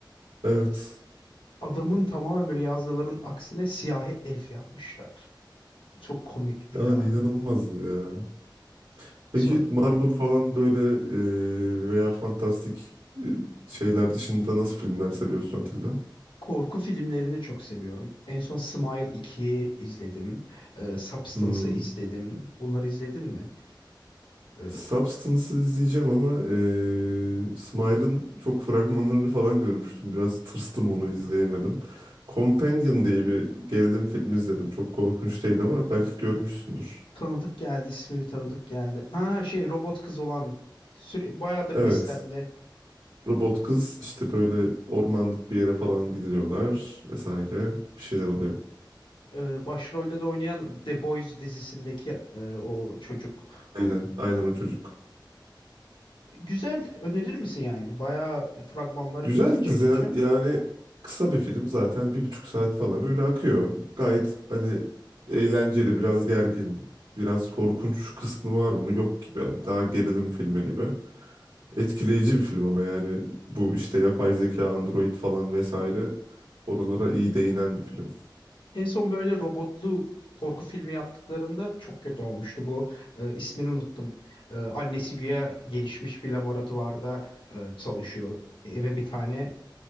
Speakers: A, on the right; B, on the left.
A: Evet.
B: Adamın tamamen böyle yazdıklarının aksine siyahi elf yapmışlar. Çok komikti ya.
A: Yani inanılmazdı ya. Peki
B: sonra.
A: Marvel falan böyle e, veya fantastik e, şeyler dışında nasıl filmler seviyorsun Atilla?
B: Korku filmlerini çok seviyorum. En son Smile 2'yi izledim. Ee, Substance'ı
A: Hmm.
B: izledim. Bunları izledin mi? Ee,
A: Substance'ı izleyeceğim ama e, Smile'ın çok fragmanlarını falan görmüştüm. Biraz tırstım onu izleyemedim. Companion diye bir gerilim filmi izledim. Çok korkunç değil ama belki görmüşsündür.
B: tanıdık geldi, ismi bir tanıdık geldi. Ha şey robot kız olan süre, bayağıdır
A: Evet.
B: listemde.
A: Robot kız işte böyle ormanlık bir yere falan gidiliyorlar vesaire bir şeyler oluyor.
B: Ee, başrolde de oynayan The Boys dizisindeki e, o çocuk.
A: Aynen, aynen o çocuk.
B: Güzel, önerir misin yani? Bayağı fragmanları
A: Güzeldi
B: ilgi çekici.
A: ze- yani kısa bir film zaten bir buçuk saat falan öyle akıyor. Gayet hani eğlenceli biraz gergin biraz korkunç kısmı var mı yok gibi yani daha gerilim filmi gibi. Etkileyici bir film ama yani bu işte yapay zeka, android falan vesaire oralara iyi değinen bir film.
B: En son böyle robotlu korku filmi yaptıklarında çok kötü olmuştu. Bu e, ismini unuttum. E, annesi güya gelişmiş bir laboratuvarda e, çalışıyor. Eve bir tane